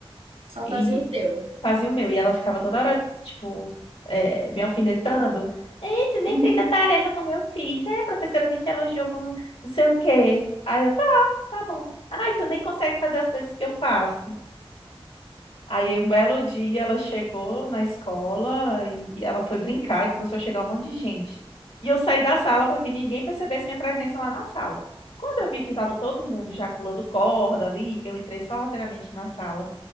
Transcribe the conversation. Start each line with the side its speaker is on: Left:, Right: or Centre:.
Right: Só
Left: e
Right: fazia o teu.
Left: fazia o meu. E ela ficava toda hora, tipo, eh, me alfinetando. Ei, tu nem
Right: Uhum.
Left: fez a tarefa como eu fiz. É, a professora nem te elogiou como não sei o quê. Aí eu, tá, tá bom. Ai, tu nem consegue fazer as coisas que eu faço. Aí um belo dia ela chegou na escola e ela foi brincar e começou a chegar um monte de gente. E eu saí da sala para que ninguém percebesse minha presença lá na sala. Quando eu vi que estava todo mundo já pulando corda ali, eu entrei sorrateiramente na sala